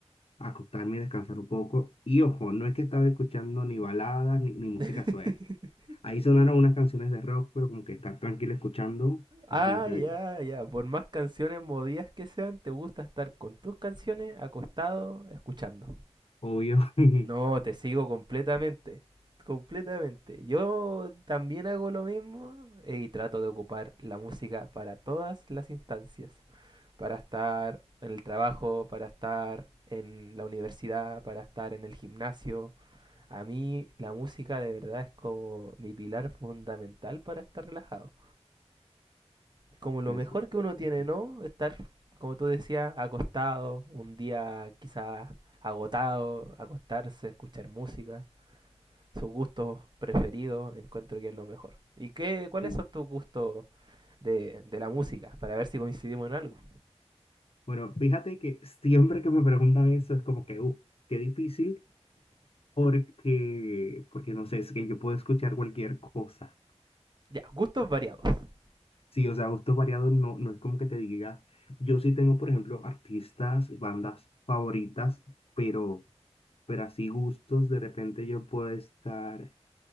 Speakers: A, on the left; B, on the right.
A: acostarme y descansar un poco. Y ojo, no es que estaba escuchando ni baladas ni, ni música
B: <laughs>
A: suave. Ahí sonaron unas canciones de rock, pero como que estar tranquilo escuchando
B: Ah,
A: es diez de
B: ya,
A: diez
B: ya. Por más canciones movidas que sean, te gusta estar con tus canciones acostado, escuchando.
A: Obvio. <laughs>
B: No, te sigo completamente, completamente. Yo también hago lo mismo eh, y trato de ocupar la música para todas las instancias, para estar en el trabajo, para estar en la universidad, para estar en el gimnasio. A mí la música de verdad es como mi pilar fundamental para estar relajado. Como lo
A: Pero
B: mejor
A: sí,
B: que uno tiene,
A: sí,
B: ¿no? Estar, como tú decías, acostado, un día quizás agotado, acostarse, escuchar música sus gustos preferidos, encuentro que es lo mejor. ¿Y qué, cuáles
A: sí.
B: son tus gustos de, de la música? Para ver si coincidimos en algo.
A: Bueno, fíjate que siempre que me preguntan eso es como que, uff, qué difícil, porque, porque no sé, es que yo puedo escuchar cualquier cosa.
B: Ya, gustos variados. <laughs>
A: Sí, o sea, gustos variados no, no es como que te diga. Yo sí tengo, por ejemplo, artistas, bandas favoritas, pero. pero así gustos, de repente yo puedo estar